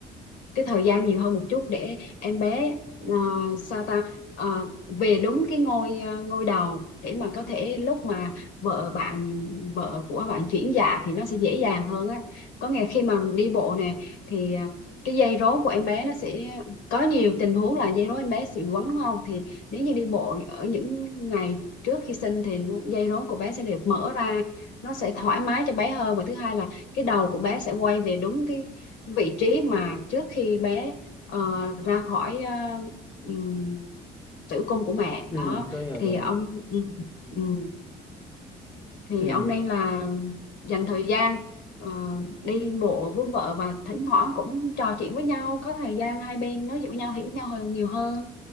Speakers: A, on the left (about 85°); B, on the left (about 30°).
A: cái thời gian nhiều hơn một chút để em bé ờ, sao ta ờ, về đúng cái ngôi ờ, ngôi đầu để mà có thể lúc mà vợ bạn vợ của bạn chuyển dạ thì nó sẽ dễ dàng hơn á có ngày khi mà đi bộ nè thì ờ, cái dây rốn của em bé nó sẽ có nhiều tình huống là dây rốn em bé sẽ bị quấn đúng không thì nếu như đi bộ ở những ngày trước khi sinh thì dây rốn của bé sẽ được mở ra nó sẽ thoải mái cho bé hơn và thứ hai là cái đầu của bé sẽ quay về đúng cái vị trí mà trước khi bé ờ, ra khỏi ờ, ừm, tử cung của mẹ
B: ừ
A: đó
B: tôi hiểu
A: thì
B: rồi
A: ông ừm, ừm, thì
B: ừ
A: ông nên là dành thời gian ờ, đi bộ với vợ và thỉnh thoảng cũng trò chuyện với nhau có thời gian hai bên nói chuyện với nhau hiểu nhau hơn nhiều hơn